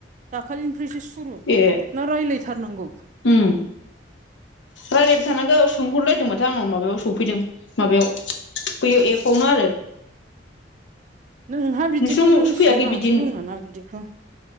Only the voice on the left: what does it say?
ए
उम रायलायबाय थानांगौ सोंहरलायदों माथो आंनाव माबायाव सफैदों माबायाव बैयो एफआवनो आरो
नोंसिनाव
फैयाखै
बिदि